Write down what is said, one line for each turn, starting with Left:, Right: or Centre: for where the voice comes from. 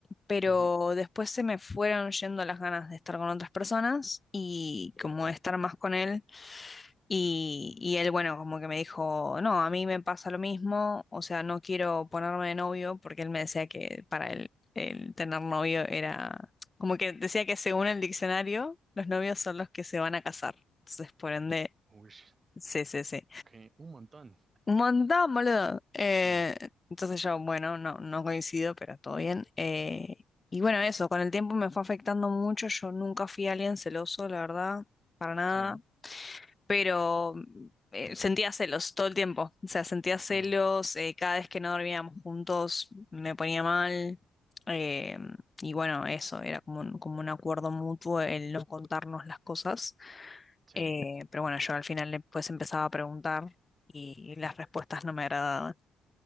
Left: pero
Right: Ujú,
Left: después se me fueron yendo las ganas de estar con otras personas y como
Right: sí.
Left: de estar más con él. Y, y él, bueno, como que me dijo, no, a mí me pasa lo mismo, o sea, no quiero ponerme de novio porque él me decía que para él el tener novio era, como que decía que según el diccionario, los novios son los que se van a casar. Entonces, por ende...
Right: Uy,
Left: Sí, sí, sí.
Right: ok, un montón.
Left: Un montón, boludo. Eh,
Right: Sí,
Left: entonces yo, bueno, no, no coincido, pero todo bien. Eh, y bueno, eso, con el tiempo me fue afectando mucho. Yo nunca fui alguien celoso, la verdad, para nada.
Right: sí,
Left: Pero eh,
Right: pero
Left: sentía celos todo el tiempo. O sea, sentía celos.
Right: no,
Left: eh, cada vez que no dormíamos juntos me ponía mal. eh, y bueno, eso, era como un, como un acuerdo mutuo el no contarnos las cosas.
Right: sí,
Left: Eh, pero bueno, yo al final le pues empezaba a preguntar y las respuestas no me agradaban.